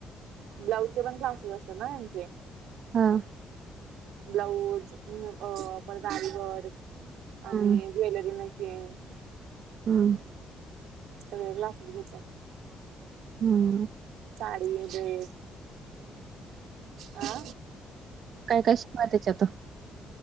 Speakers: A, on the right (about 85°); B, on the right (about 65°).
A: ब्लाऊजचे पण क्लासेस असतात ना त्यांचे
B: हा
A: ब्लाऊज अ पदरावरी वर्क
B: हम्म
A: आणि ज्वेलरी मेकिंग
B: हम
A: सगळ ग्लासली घेतात
B: हम्म
A: साडी ्रेस हा
B: काय काय शिवा त्याच्यात.